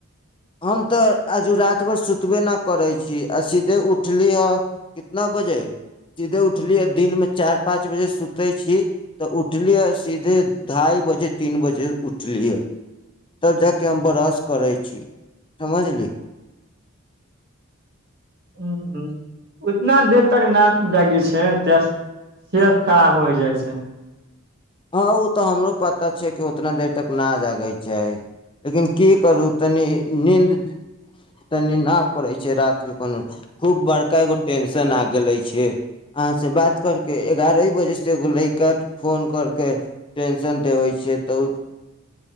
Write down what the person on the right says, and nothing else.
ह उतना देर तक नहि जागै छै त सेहत खराब होइ जाइ छै